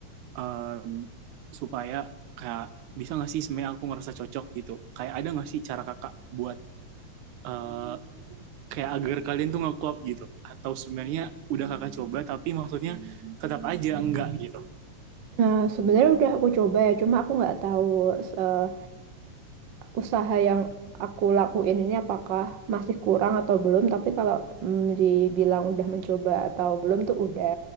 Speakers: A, on the right (about 85°); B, on the right (about 55°).
A: em, supaya kayak bisa nggak sih sebenarnya aku ngerasa cocok gitu kayak ada nggak sih cara kakak buat eh, kayak agar kalian tuh nge-klop gitu atau sebenarnya udah kakak coba tapi maksudnya tetap aja enggak gitu
B: Nah, sebenarnya udah aku coba ya, cuma aku nggak tahu eh, usaha yang aku lakuin ini apakah masih kurang atau belum tapi kalau mm, dibilang udah mencoba atau belum tuh udah